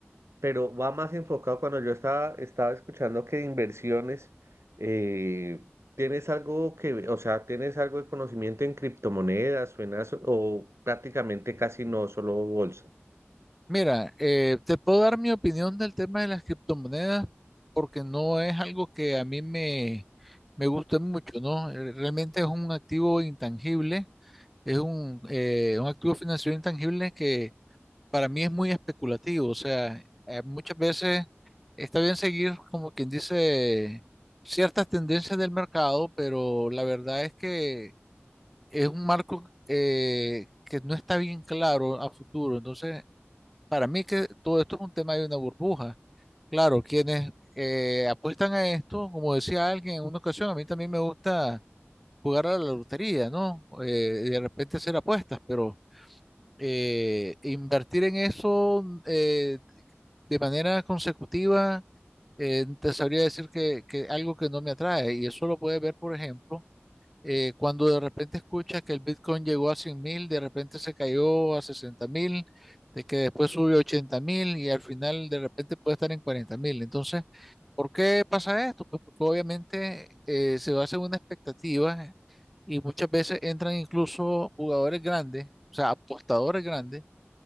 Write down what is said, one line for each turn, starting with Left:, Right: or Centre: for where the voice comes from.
Right: pero va más enfocado cuando yo estaba, estaba escuchando que de inversiones, eh, ¿tienes algo que, o sea, tienes algo de conocimiento en criptomonedas, suenas o prácticamente casi no, solo bolsa?
Centre: Mira, eh, te puedo dar mi opinión del tema de las criptomonedas porque no es algo que a mí me, me guste mucho, ¿no? Eh, Realmente es un activo intangible, es un, eh, un activo financiero intangible que para mí es muy especulativo, o sea, eh, muchas veces está bien seguir, como quien dice, ciertas tendencias del mercado, pero la verdad es que es un marco eh, que no está bien claro a futuro, entonces para mí que todo esto es un tema de una burbuja. Claro, quienes eh, apuestan a esto, como decía alguien en una ocasión, a mí también me gusta jugar a la lotería, ¿no? Eh, y de repente hacer apuestas, pero eh, invertir en eso eh, de manera consecutiva, eh, te sabría decir que, que algo que no me atrae. Y eso lo puedes ver, por ejemplo eh, cuando de repente escuchas que el Bitcoin llegó a cien mil, de repente se cayó a sesenta mil, de que después sube a ochenta mil y al final de repente puede estar en cuarenta mil. Entonces, ¿por qué pasa esto? Pues porque obviamente eh, se basa en una expectativa y muchas veces entran incluso jugadores grandes, o sea, apostadores grandes,